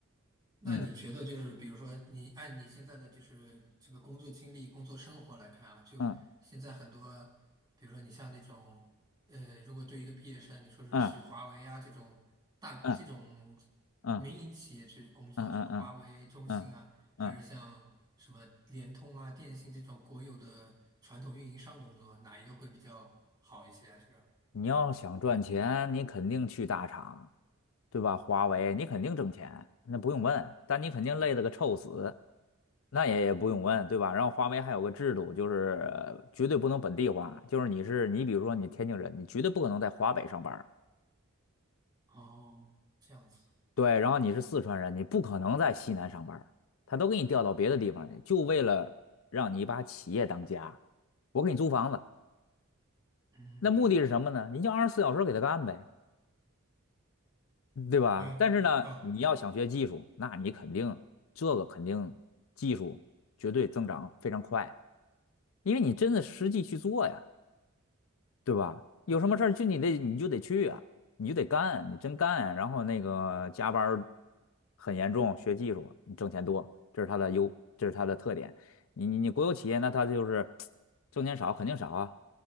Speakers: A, on the right; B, on the left.
A: 那你觉得就是，
B: 嗯
A: 比如说你按你现在的就是这个工作经历、工作生活来看啊，就现在很多，
B: 嗯
A: 比如说你像那种，呃，如果对一个毕业生，你说是去华为啊这种大这种
B: 嗯嗯嗯
A: 民营企业去工作，
B: 嗯嗯嗯
A: 什么华为、中兴啊，
B: 嗯嗯，
A: 还是像什么联通啊、电信这种国有的传统运营商工作，哪一个会比较好一些啊？这个？
B: 你要想赚钱，你肯定去大厂，对吧？华为你肯定挣钱，
A: 哦
B: 那不用问。但你肯定累得个臭死，那也也不用问，对吧？然后华为还有个制度，就是呃绝对不能本地化，就是你是你，比如说你天津人，你绝对不可能在华北上班。
A: 哦，这样子，
B: 对，然后你是四川人，你不可能在西南上班儿他都给你调到别的地方去，就为了让你把企业当家。我给你租房子，
A: 嗯，
B: 那目的是什么呢？你就二十四小时给他干呗，对吧？
A: 哎哦，
B: 但是呢，你要想学技术，那你肯定这个肯定技术绝对增长非常快，因为你真的实际去做呀。对吧？有什么事儿就你得你就得去啊，
A: 对，
B: 你就得干，你真干，然后那个加班儿很严重，学技术，你挣钱多，这是它的优，这是它的特点。你你你国有企业，那它就是 <tsk> 挣钱少，肯定少啊，